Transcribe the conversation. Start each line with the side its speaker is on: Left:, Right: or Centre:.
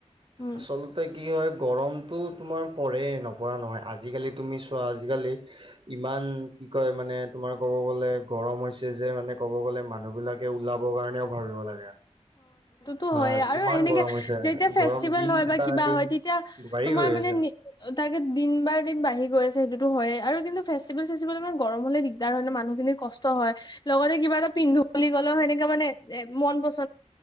Left: উম
Right: আচলতে কি হয় গৰমটো তোমাৰ পঢ়ে নপঢ়া নহয় আজিকালি তুমি চোৱা আজিকালি ইমান কি কয় মানে তোমাৰ ক'ব গ'লে গৰম হৈছে যে মানে ক'ব গ'লে মানুহ বিলাকে ওলাব কাৰণেও ভাবিব লাগে
Left: তো
Right: হা
Left: হয় আৰু
Right: ইমান
Left: এনেকে
Right: গৰম হৈছে
Left: যেতিয়া ফেষ্টিভেল
Right: গৰম দিন
Left: হয় বা কিবা
Right: দিন
Left: হয় তেতিয়া
Right: বাঢ়ি
Left: তোমাৰ
Right: গৈ
Left: মানে
Right: আছে।
Left: নি তাকে দিন বাাৰ দিন বাঢ়ি গৈ আছে সেইটোতো হয় আৰু কিন্তু ফেষ্টিেল চেষ্টভেল ইমান গৰম হ'লে দিগদাৰ হয় নে মানুহ খিনিৰ কষ্ট হয় লগতে কিবা এটা পিন্ধ গ'ল সেনেকে মানে এ মন বস্ত